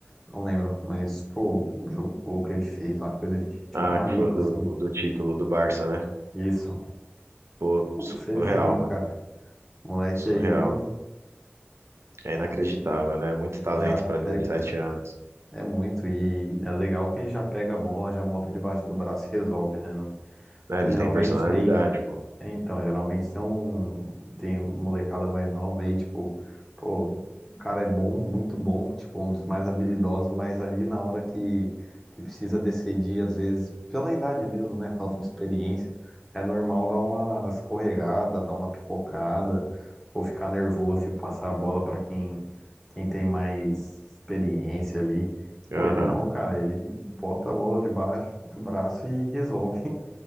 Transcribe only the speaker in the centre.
Não lembro, mas, pô, o jogo o que ele fez lá, coisa de, de
maluco,
assim.
Isso.
Pô,
pra você ver aí,
cara. Moleque
aí
já
pega
É muito, e é legal que já pega a bola, já bota debaixo do braço e resolve, né? Não-
geralmente
tem
é, Então, geralmente tem um, tem molecada mais nova aí, tipo, pô, o cara é bom, muito bom, tipo, um dos mais habilidosos, mas ali na hora que, que precisa decidir, às vezes, pela idade mesmo, né, falta de experiência, é normal dar uma escorregada, dar uma pipocada, ou ficar nervoso e passar a bola pra quem, quem tem mais experiência ali.
Pô, ele não, cara, ele bota a bola debaixo do braço e resolve.